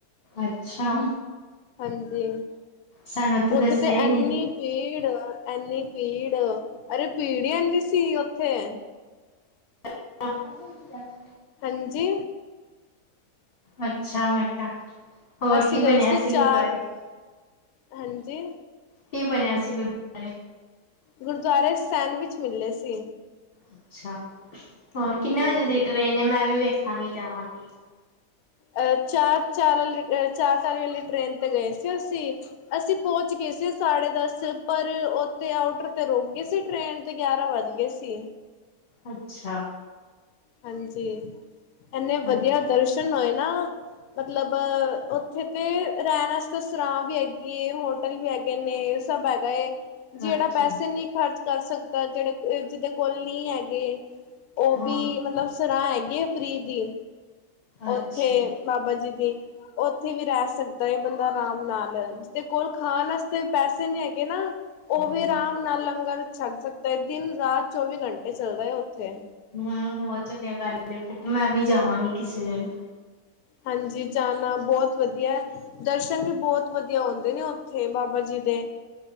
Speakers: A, on the left; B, on the left.
A: ਅੱਛਾ।
B: ਹਾਂਜੀ
A: ਸਾਨੂੰ
B: ਉੱਥੇ
A: ਦੱਸਿਆ
B: ਤੇ
A: ਹੀ ਨੀ।
B: ਐਨੀ ਭੀੜ। ਇੰਨੀ ਭੀੜ ਅਰੇ ਭੀੜ ਹੀ ਐਨੀ ਸੀ ਓਥੇ।
A: ਹ <inaudible>
B: ਹਾਂਜੀ।
A: ਅੱਛਾ ਮੈਂ ਕਿਹਾ ਹੋਰ
B: ਅਸੀਂ
A: ਕੀ
B: ਗਏ
A: ਬਣਿਆ ਸੀ
B: ਚਾਰ
A: ਗੁਰਦੁਆਰੇ?
B: ਹਾਂਜੀ।
A: ਕੀ ਬਣਿਆ ਸੀ ਗੁਰੁਦਵਾਰੇ?
B: ਗੁਰਦੁਆਰੇ ਸੈਂਡਵਿਚ ਮਿਲੇ ਸੀ।
A: ਅੱਛਾ, ਹੋਰ ਕਿੰਨੇ
B: ਹਾਂਜੀ
A: ਵਜੇ ਦੀ ਟ੍ਰੇਨ ਏ? ਮੈਂ ਵੀ ਵੇਖਾਂਗੀ, ਜਾਵਾਂਗੀ ।
B: ਅ ਚਾਰ ਚਾਰ ਚਾਲੀ, ਅ ਚਾਰ ਚਾਰ ਚਾਲੀ ਆਲੀ ਟ੍ਰੇਨ ਤੇ ਗਏ ਸੀ ਅਸੀਂ, ਅਸੀਂ ਪਹੁੰਚ ਗਏ। ਅਸੀ ਸਾਢੇ ਦਸ ਪਰ ਉੱਥੇ ਆਊਟਰ ਤੇ ਰੁਕ ਗਈ ਸੀ ਟ੍ਰੇਨ ਤੇ ਗਿਆਰਾਂ ਵੱਜ ਗਏ ਸੀ।
A: ਅੱਛਾ
B: ਹਾਂਜੀ ਇਨੇ ਵਧੀਆ
A: ਹਾਂਜੀ,
B: ਦਰਸ਼ਨ ਹੋਏ ਨਾ ਮਤਲਬ ਉੱਥੇ ਤੇ ਰਹਿਣ ਆਸਤੇ ਸਰਾਂ ਵੀ ਹੈਗੀ, ਹੋਟਲ ਵੀ ਹੈਗੇ ਨੇ। ਇਹ ਸਭ ਹੈਗਾ ਏ। ਜਿਹੜਾ
A: ਅੱਛਾ
B: ਪੈਸੇ ਨਹੀਂ ਖਰਚ ਕਰ ਸਕਦਾ, ਜਿਹੜੇ ਜਿਹਦੇ ਕੋਲ ਨਹੀਂ ਹੈਗੇ ਉਹ
A: ਹਾਂ।
B: ਵੀ ਮਤਲਬ ਸਰਾਹ ਹੈਗੀ ਆ ਫਰਿ ਦੀ।
A: ਅੱਛਾ,
B: ਉੱਥੇ ਬਾਬਾ ਜੀ ਦੀ ਉੱਥੇ ਵੀ ਰਹਿ ਸਕਦੇ ਬੰਦਾ ਆਰਾਮ ਨਾਲ ਜਿਹਦੇ ਕੋਲ ਖਾਣ ਆਸਤੇ ਪੈਸੇ ਨੀ ਹੈਗੇ ਨਾ ਉਹ ਵੀ ਆਰਾਮ ਨਾਲ ਲੰਗਰ ਛੱਗ ਸਕਦਾ ਹੈ ਦਿਨ ਰਾਤ ਚੌਵੀ ਘੰਟੇ ਚੱਲਦਾ ਹੈ ਉੱਥੇ।
A: ਹੂੰ ਬਹੁਤ ਵਧੀਆ ਗੱਲ ਐ, ਫਿਰ ਤੇ ਮੈਂ ਵੀ ਜਾਵਾਂਗੀ ਕਿਸੇ ਦਿਨ।
B: ਹਾਂਜੀ, ਜਾਣਾ ਬਹੁਤ ਵਧੀਆ, ਦਰਸ਼ਨ ਵੀ ਬਹੁਤ ਵਧੀਆ ਹੋਂਦੇ ਨੇ ਓ ਥੇ ਬਾਬਾ ਜੀ ਦੇ।